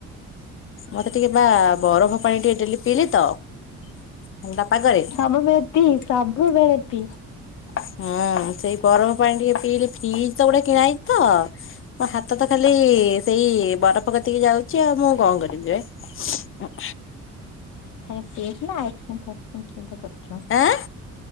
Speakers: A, on the left; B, on the left.
A: ମତେ ଟିକେବା ବରଫ ପାଣି ଟିକେ ଦେଲି ପିଇଲିତ ଥଣ୍ଡା ପାଗରେ
B: ସବୁବେଳେ ପି, ସବୁବେଳେ ପି।
A: ହୁଁ ସେଇ ଗରମ ପାଣି ଟିକେ ପିଇଲେ ବ୍ରିଜ୍ ତ ଗୋଟେ କିଣା ହେଇଚିତ ମୋ ହାତତ ଖାଲି ସେଇ ବରଫ କତିକି ଯାଉଚି ଆଉ ମୁକଣ କରିବି ଯେ। ଉଁ
B: ଖାଲି ପିଇଚୁନା ଆଇସକ୍ରିମ ଫାଇସକ୍ରିମ ସେମିତି କରିଚୁ?
A: ଆଁ